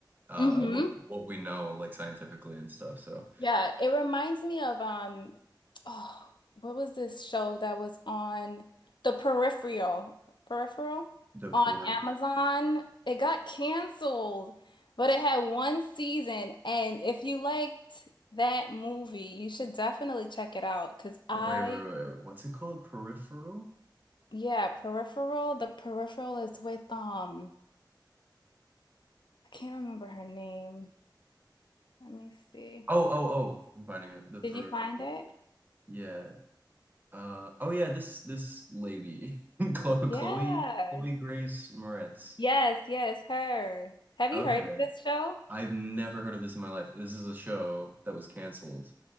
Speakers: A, on the right; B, on the left.
A: uh
B: Mm-hmm.
A: what what we know like scientifically and stuff. So
B: Yeah, it reminds me of um oh, what was this show that was on The Peripheral? Peripheral
A: the peripheral.
B: on Amazon. It got canceled, but it had one season and if you liked that movie, you should definitely check it out. Cause I
A: Wait, wait, wait. wait. What's it called? Peripheral?
B: yeah, Peripheral, The Peripheral is with um I can't remember her name. Let me see.
A: Oh, oh, oh. I'm finding it. The peripheral.
B: Did you find it?
A: Yeah. Uh. Oh, yeah. This this lady, <laughs> Chloe, Chloe,
B: Yeah.
A: Chloe Grace Moretz.
B: Yes, yes, her. Have you
A: Okay.
B: heard of this show?
A: I've never heard of this in my life. This is a show that was canceled,